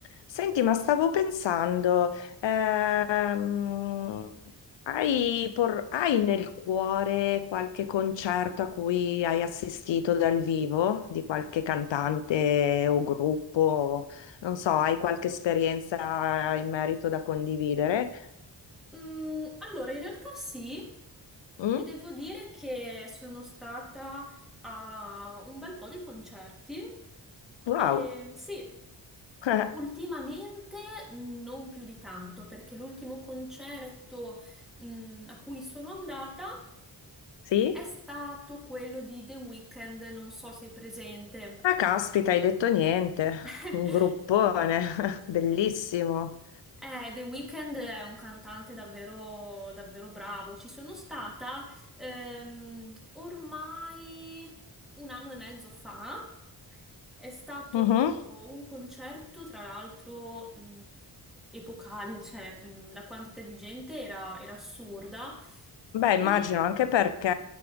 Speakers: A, on the left; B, in the centre.
A: Senti, ma stavo pensando, ehm, hai, por- hai nel cuore qualche concerto a cui hai assistito dal vivo di qualche cantante o gruppo? Non so, hai qualche esperienza in merito da condividere?
B: Mm, allora, in realtà sì,
A: Mm?
B: ti devo dire che sono stata a un bel po' di concerti
A: Wow,
B: e sì,
A: <laughs>
B: ultimamente non più di tanto, perché l'ultimo concerto, mm, a cui sono andata
A: sì?
B: è stato quello di The Weeknd, non so se sei presente.
A: Ah, caspita, hai detto niente,
B: <laughs>
A: un gruppone, <laughs> bellissimo.
B: Eh, The Weeknd è un cantante davvero, davvero bravo. Ci sono stata ehm, ormai un anno e mezzo fa. È stato
A: Mhm.
B: un concerto, tra l'altro, mh, epocale, cioè mh, la quantità di gente era, era assurda.
A: Beh,
B: E
A: immagino anche perché